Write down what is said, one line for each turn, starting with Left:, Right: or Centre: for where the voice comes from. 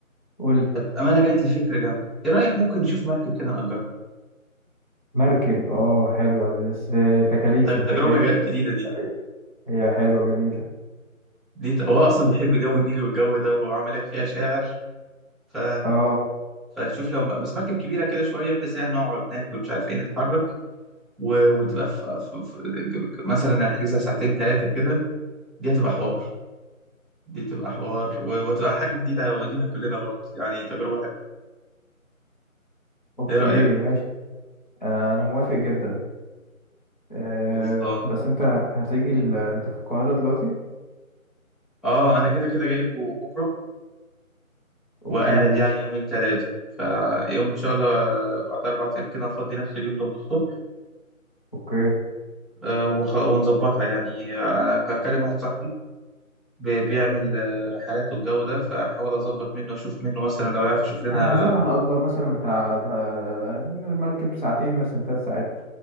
Left: قولي
Centre: طب أمانة جات لي فكرة جامدة إيه رأيك ممكن نشوف مركب كده نأجرها
Left: مركب أه حلوة دي بس تكاليف
Centre: طيب،
Left: أنت
Centre: تجربة
Left: جاي
Centre: جا- جديدة
Left: بالتكاليف؟
Centre: دي
Left: هي حلوة جميلة
Centre: دي ت- هو أصلا بيحب جو النيل والجو ده وعامل لك فيها شاعر ف...
Left: اه
Centre: فتشوف لو م- بس مركب كبيرة كده شوية بحيث يعني نقعد ناكل مش عارف إيه نتحرك و... وتبقى في... في... في... مثلا احجزها ساعتين ثلاثة كده دي هتبقى حوار دي تبقى حوار و... وتبقى حاجة جديدة لينا كلنا برضه يعني تجربة حلوة
Left: اوكي
Centre: ايه رأيك
Left: ماشي آه انا موافق جدا آه
Centre: خلصان
Left: بس انت هتيجي ال... انت في القاهرة دلوقتي
Centre: اه انا كده كده جاي لكم بكرة وقاعد
Left: اوكي ماشي
Centre: يعني يومين ثلاثة فيوم ان شاء الله بعد اربع ايام كده هفضي نفس اليوم ده من الصبح
Left: اوكي
Centre: آه، وخلا- ونظبطها يعني آه، هكلم واحد صاحبي بي- بيعمل آه، رحلات والجو ده فحاول اظبط منه اشوف منه مثلا لو يعرف يشوف لنا
Left: احنا عايزين هنأجر مثلا بتاع تا- عايزين المركب ساعتين مثلا تلات ساعات